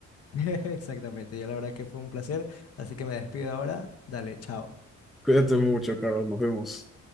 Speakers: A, on the left; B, in the centre.
A: <laughs> Exactamente, ya la verdad que fue un placer, así que me despido ahora. Dale, chao.
B: Cuídate mucho, Carol, nos vemos.